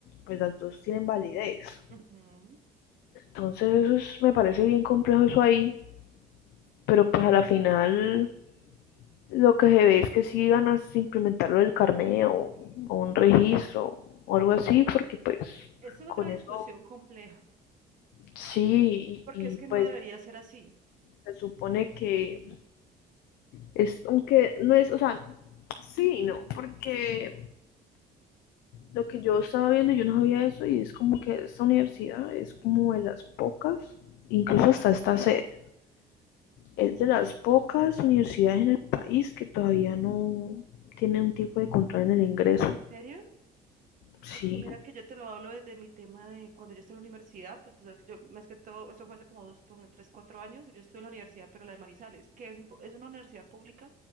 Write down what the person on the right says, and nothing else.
Ujú.
Esa es
otra discusión
compleja,
porque
es
que
no debería ser así.
¿En ¿serio
Porque mira que yo te lo hablo desde mi tema de cuando yo estuve en la universidad, pues tú sabes que yo más que todo, eso fue hace como dos, ponle, tres, cuatro años, y yo estuve en la universidad, pero la de Manizales, que es, un po- es una universidad pública,